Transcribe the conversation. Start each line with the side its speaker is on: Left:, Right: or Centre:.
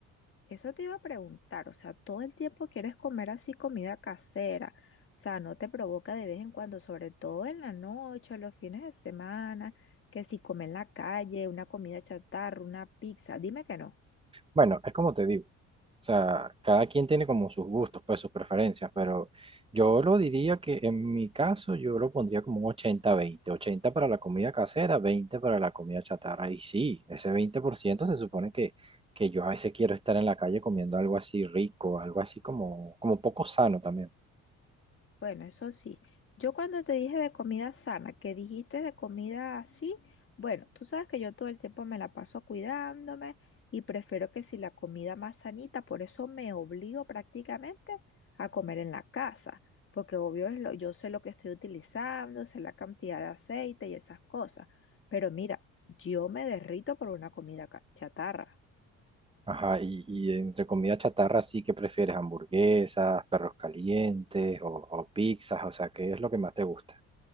Left: Eso te iba a preguntar, o sea, todo el tiempo quieres comer así comida casera, o sea, no te provoca de vez en cuando, sobre todo en la noche, o los fines de semana, que si comes en la calle, una comida chatarra, una pizza, dime que no.
Right: Bueno, es como te digo. O sea, cada quien tiene como sus gustos, pues sus preferencias, pero yo lo diría que en mi caso yo lo pondría como un ochenta veinte ochenta para la comida casera, 20 para la comida chatarra. Y sí, ese 20% se supone que, que yo a veces quiero estar en la calle comiendo algo así rico, algo así como, como poco sano también.
Left: Bueno, eso sí. Yo cuando te dije de comida sana, que dijiste de comida así, bueno, tú sabes que yo todo el tiempo me la paso cuidándome y prefiero que si la comida más sanita, por eso me obligo prácticamente a comer en la casa, porque obvio es lo- yo sé lo que estoy utilizando, sé la cantidad de aceite y esas cosas, pero mira, yo me derrito por una comida ca- chatarra.
Right: Ajá, y, y entre comida chatarra, sí que prefieres hamburguesas, perros calientes o, o pizzas, o sea, ¿qué es lo que más te gusta?